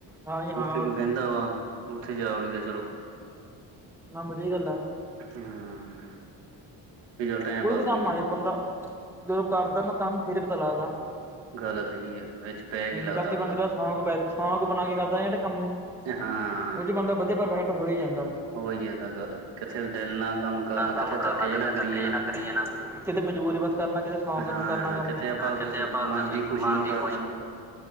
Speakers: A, in the centre; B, on the right (about 80°).
A: ਹਾਂ ਜੀ ਹਾਂ
B: ਔਥੇ ਕੋਈ
A: ਬਸ
B: ਕੈਂਦਾ ਵਾ ਔਥੇ ਜਾ ਵੜੀ ਦੈ
A: ਨਾ ਵਧੀਆ ਗੱਲ ਐ।
B: ਹੂੰ। ਵੀ ਚੱਲ ਟਾਈਮ
A: ਕੋਈ
B: ਪਾਸ
A: ਵੀ ਕੰਮ
B: ਹੋਈ
A: ਮਾੜੇ
B: ਜਾਂਦਾ
A: ਕ ਬੰਦਾ, ਜਦੋਂ ਕਰਦੈ ਨਾ ਤੰਗ ਫੇਰ ਈ ਪਤਾ ਲੱਗਦੈ।
B: ਗੱਲ ਸਹੀ ਹੈ ਵਿੱਚ ਪੈ ਕੇ
A: ਹੂੰ,
B: ਲੱਗਦਾ
A: ਬਾਕੀ ਬੰਦੇ
B: ਪਤਾ
A: ਦਾ ਸ਼ੌਕ ਬੈ ਸ਼ੌਕ ਬਣਾ ਕੇ ਕਰਦੈ ਜਿਹੜੇ ਕੰਮ ਨੂੰ
B: ਤੇ ਹਾਂ।
A: ਔਦੇ 'ਚ ਬੰਦਾ ਬਧੀਆ ਪਰਫੈਕਟ ਹੋ ਹੀ ਜਾਂਦਾ।
B: ਹੋ ਈ ਜਾਂਦਾ ਗਲ ਕਿੱਥੇ ਦਿਲ ਨਾਲ ਕੰਮ ਕਰਨਾ
A: ਹਾਂ ਕੰਮ
B: ਕਿੱਥੇ ਧੱਕੇ
A: ਕਿਤੇ
B: ਜ ਨਾ ਕਰੀ।
A: ਧੱਕੇ
B: ਜਾਣਾ
A: ਜੇ ਨਾਲ ਕਰੀ ਜਾਣਾ। ਕਿਤੇ ਮਜਬੂਰੀ ਬਸ ਕਰਨਾ ਕਿਤੇ ਸ਼ੌਕ
B: ਹਾਂ
A: ਨੂੰ ਕਰਨਾ ਕੰਮ।
B: ਕਿੱਥੇ
A: ਹੂੰ
B: ਆਪਾਂ
A: ਕਿੱਥੇ ਆਪਾਂ
B: ਮਨ
A: <unintelligible>
B: ਦੀ ਖੁਸ਼ੀ
A: ਮਨ
B: ਨੂੰ
A: ਦੀ
B: ਕਰਨਾ
A: ਖੁਸ਼।
B: ਵੀ